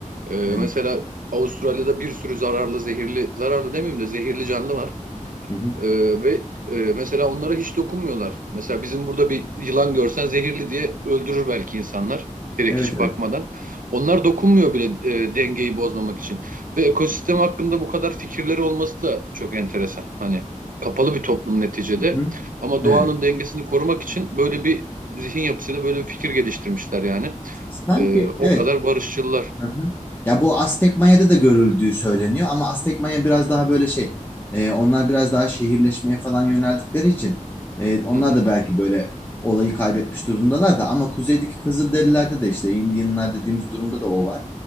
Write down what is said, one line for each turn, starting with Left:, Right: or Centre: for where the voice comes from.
Right: E, mesela
Left: evet.
Right: Avustralya'da bir sürü zararlı, zehirli, zararlı demeyeyim de zehirli canlı var.
Left: Hı hı,
Right: Ee, ve e, mesela onlara hiç dokunmuyorlar. Mesela bizim burada bir yılan görsen zehirli diye öldürür belki insanlar. Direkt
Left: evet
Right: hiç
Left: evet.
Right: bakmadan. Onlar dokunmuyor bile e, dengeyi bozmamak için. Ve ekosistem hakkında bu kadar fikirleri olması da çok enteresan. Hani kapalı bir toplum neticede.
Left: Hı hı.
Right: Ama
Left: Evet.
Right: doğanın dengesini korumak için böyle bir zihin yapısıyla böyle bir fikir geliştirmişler yani.
Left: Sanki
Right: Ee, o
Left: evet
Right: kadar barışçılar.
Left: Hı hı. Ya bu Aztek Maya'da da görüldüğü söyleniyor ama Aztek Maya biraz daha böyle şey. e, onlar biraz daha şehirleşmeye falan yöneldikleri için e, onlar
Right: Hı hı,
Left: da belki böyle olayı kaybetmiş durumdalar da ama kuzeydeki Kızılderililerde de işte Indianlar dediğimiz durumda da o var.